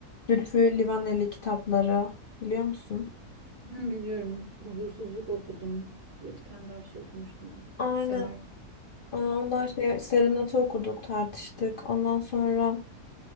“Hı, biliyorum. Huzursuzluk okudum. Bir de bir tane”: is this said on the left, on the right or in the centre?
Right